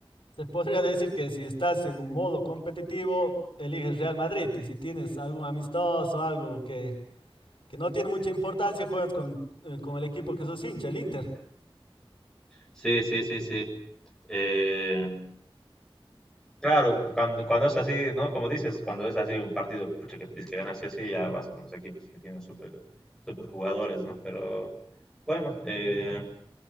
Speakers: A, on the left; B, in the centre.
A: Se podría decir que si estás en un modo competitivo, eliges Real Madrid y si tienes algún amistoso, algo que que no tiene mucha importancia, juegas con, eh, con el equipo que sos hincha, el Inter.
B: Sí, sí, sí, sí. Eh, claro, cuando, cuando es así, ¿no? Como dices, cuando es así un partido, pucha, que tienes que ganar sí o sí, ya vas con los equipos que tienen súper súper jugadores, ¿no? Pero bueno, eh,